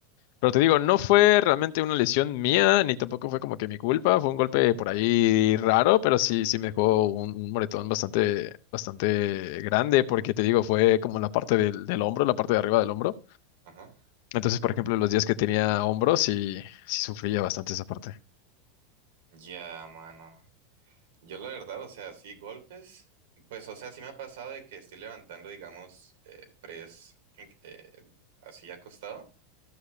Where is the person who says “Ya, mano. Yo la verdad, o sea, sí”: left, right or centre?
Right